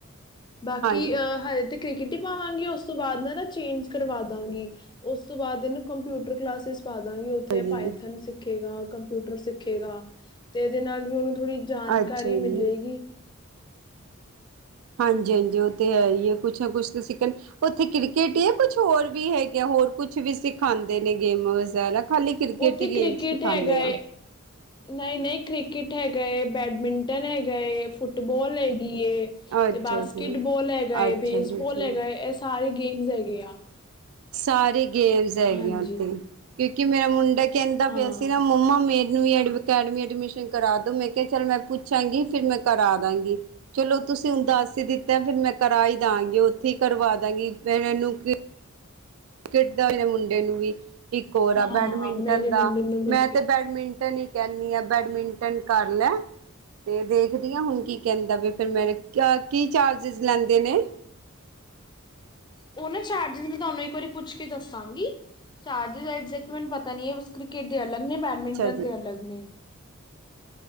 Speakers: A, on the left; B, on the right.
A: ਬਾਕੀ
B: ਹਾਂਜੀ
A: ਅਹ ਹਜੇ ਤੇ ਕ੍ਰਿਕਟ ਹੀ ਪਾਵਾਂਗੀ, ਉਸ ਤੋਂ ਬਾਅਦ ਨਾ ਨਾ ਚੇਂਜ ਕਰਵਾ ਦਾਂਗੀ, ਉਸ ਤੋਂ ਬਾਅਦ ਇਹਨੂੰ ਕੰਪਿਊਟਰ ਕਲਾਸਿਸ ਪਾ ਦਾਂਗੀ, ਉੱਥੇ
B: ਹਾਂਜੀ
A: ਪਾਏਥੋਨ ੇ ਕੰ <unintelligible> ਕੰਪਿਊਟਰ ਸਿੱਖੇਗਾ, ਤੇ ਇਹਦੇ ਨਾਲ ਵੀ ਉਹਨੂੰ ਥੋੜ੍ਹੀ ਜਾਣਕਾਰੀ
B: ਅੱਛਾ
A: ਮਿਲੇਗੀ।
B: ਜੀ। ਹਾਂਜੀ ਹਾਂਜੀ ਉਹ ਤੇ ਹੈ ਹੀ ਹੈ, ਕੁਛ ਨਾ ਕੁੱਛ ਤਾਂ ਸਿੱਖਣ ਉੱਥੇ ਕ੍ਰਿਕਟ ਹੀ ਹੈ, ਕੁਛ ਹੋਰ ਵੀ ਹੈਗਾ। ਹੋਰ ਕੁਛ ਵੀ ਸਿਖਾਉਂਦੇ ਨੇ ਗੇਮ ਵਗੈਰਾ ਖਾਲੀ ਕ੍ਰਿਕੇਟ
A: ਉੱਥੇ
B: ਹੀ ਗੇਮ
A: ਕ੍ਰਿਕਟ
B: ਸਿਖਾਉਂਦੇ
A: ਹੈਗਾ
B: ਆ
A: ਏ ਨਹੀਂ ਨਹੀਂ ਕ੍ਰਿਕੇਟ ਹੈਗਾ ਏ, ਬੈਡਮਿੰਟਨ ਹੈਗਾ ਏ, ਫੁੱਟਬਾਲ ਹੈਗਾ।
B: ਅੱਛਾ
A: ਤੇ ਬਾਸਕਿਟਬਾਲ
B: ਜੀ
A: ਹੈਗਾ ਏ,
B: ਅੱਛਾ
A: ਬੇਸਬਾਲ
B: ਜੀ ਅੱਛਾ
A: ਹੈਗਾ ਏ, ਇਹ ਸਾਰੇ ਗੇਮਸ ਹੈਗੇ ਆ
B: ਸਾਰੇ ਗੇਮਸ ਹੈਗੀਆਂ
A: ਹਾਂਜੀ
B: ਉੱਥੇ ਕਿਉਂ ਕਿ ਮੇਰਾ ਮੁੰਡਾ ਕਹਿੰਦਾ
A: ਹਾਂ
B: ਪਿਆ ਸੀ ਨਾ ਮੰਮਾ ਮੇਰੀ ਨਵੀ ਅਕੈਡਮੀ ਐਡਮਿਸ਼ਨ ਕਰਾ ਦੋ, ਮੈਂ ਕਿਹਾ ਚੱਲ ਮੈਂ ਪੁੱਛਾਂਗੀ, ਫਿਰ ਮੈਂ ਕਰਾ ਦਾਂਗੀ, ਚਲੋ ਤੁਸੀਂ ਹੁਣ ਦਾਸ ਹੀ ਦਿੱਤਾ, ਫਿਰ ਮੈਂ ਕਰਾ ਹੀ ਦਾਂਗੀ, ਉੱਥੇ ਹੀ ਕਰਵਾ ਦਾਂਗੀ ਫ ਇਹਨੂੰ ਕ੍ਰਿਕੇਟ ਦਾ, ਇਹ ਮੁੰਡੇ ਨੂੰ ਵੀ। ਇੱਕ ਹੋਰ ਆ
A: ਹਾਂ
B: ਬੈਡਮਿੰਟਨ
A: ਮੇਰੇ
B: ਦਾ,
A: ਮੁੰਡੇ ਨੂੰ ਵੀ
B: ਮੈਂ
A: ਹੈਗੇ
B: ਤੇ ਬੈਡਮਿੰਟਨ ਇੱਕ ਕਹਨੀ ਆ ਬੈਡਮਿੰਟਨ ਕਰ ਲੈ, ਤੇ ਦੇਖਦੀ ਹ ਹੁਣ ਕੀ। ਕਹਿੰਦਾ ਵੀ ਫਿਰ ਮੈਂ, ਕੀ ਚਾਰਜਿਸ ਲੈਂਦੇ ਨੇ?
A: ਉਹ ਨਾ ਚਾਰਜ ਮੈਂ ਤੁਹਾਨੂੰ ਇੱਕ ਵਾਰੀ ਪੁੱਛ ਕੇ ਦੱਸਾਂਗੀ ਚਾਰਜਜੈਕਟ ਮੈਨੂੰ ਪਤਾ ਨੀ। ਕ੍ਰਿਕਟ ਦੇ ਅਲੱਗ ਨੇ ਬੈਂਡਮਿੰਟਨ
B: ਅੱਛਾ ਜੀ
A: ਦੇ ਅਲੱਗ ਨੇ।